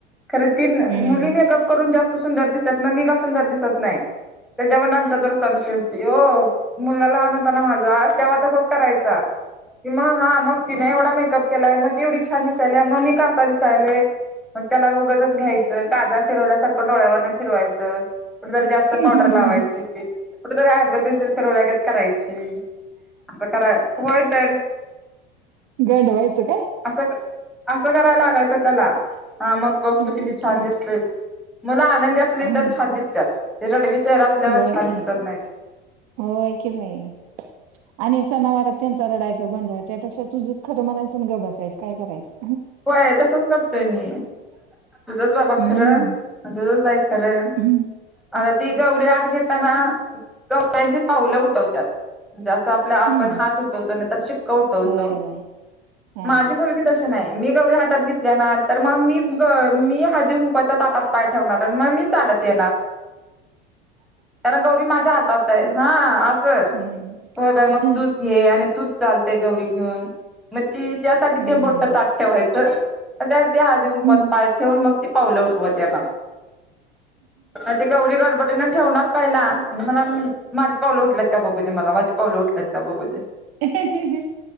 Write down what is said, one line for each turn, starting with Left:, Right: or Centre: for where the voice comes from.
Centre: खरं ती मुली
Right: हम्म
Centre: मेकअप करून जास्त सुंदर दिसतात, मग मी का सुंदर दिसत नाही. त्याच्यावर आमच्या दररोज चा विषय यो, मुलगा लहान होता ना माझा तेव्हा तसच करायचा. कि मग हा मग तिने एवढा मेकअप केलाय, मग तेवढी छान दिसायला, मग मी कसा दिसालोय? मग त्याला उगच घ्यायचं, काजळ फिरवल्यासारखं डोळ्यांवर न फिरवायचं. कुठं जर जास्त
Right: हम्म
Centre: पावडर लावायची, कुठ तरी आयब्रो पेन्सिल फिरवल्यागत करायची. असं कराय, होय तर
Right: गंड व्हायचं काय?
Centre: अस, असं करायला लागायचं त्याला, हा मग बघ तू
Right: होय
Centre: किती छान
Right: की.
Centre: दिसतेस. मुलं आनंदी असली
Right: हम्म
Centre: तर छान दिसत्यात. ते रडवी चेहरा असल्यावर
Right: होय
Centre: छान
Right: की
Centre: दिसत नाहीत.
Right: होय कि बाई आणि सणावारात त्यांचा रडायचा बं त्यापेक्षा तुझचं खरं म्हणायचं ग बसायचं काय करायचं.
Centre: होय, तसंच करतोय मी. तुझंच बाबा
Right: हम्म
Centre: खरं आणि तुझंच बाई खरं.
Right: हम्म
Centre: आता ती गौरी आत घेताना, गौऱ्यांची पाऊलं उठवतात. म्हणजे असं आपला आपण
Right: हम्म
Centre: हात उठवतो नाही तर शिक्का उठवतो,
Right: होय होय हा
Centre: माझी मुलगी तशी नाही‌. मी गौरी हातात घेतल्या ना, तर मग मी मी हळदी -कुंकूच्या ताटात पाय ठेवणार आणि मग मी चालत येणार. कारण गौरी माझ्या हातात आहे. हा अस
Right: हम्म
Centre: हो बाई मग
Right: हा.
Centre: तूच घे आणि तूच चाल ते गौरी घेऊन. मग तिच्यासाठी
Right: हम्म
Centre: ते मोट ताटात ठेवायचं, त्या ते हळदी -कुंकू
Right: हम्म
Centre: पाय ठेवून मग ते पाउल उठवत येणार, मग ते गौरी गडबडीन ठेवणार. पहिला आणि म्हणा माझी पावलं उठल्यात का बघू दे मला, माझी पावलं उठल्यात का बघू दे.
Right: हे हे हे,